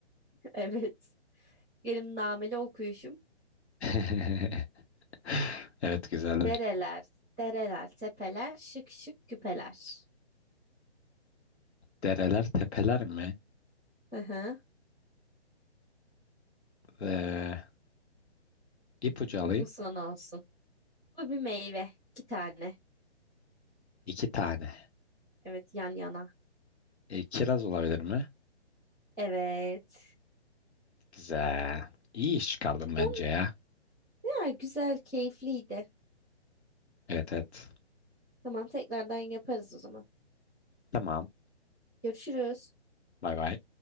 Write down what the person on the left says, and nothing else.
<laughs> Evet güzeldi.
Dereler tepeler mi?
E, ipucu alayım.
İki tane.
E, kiraz olabilir mi?
Güzel. İyi iş çıkardım bence
ya.
Evet evet.
Tamam.
Bay bay.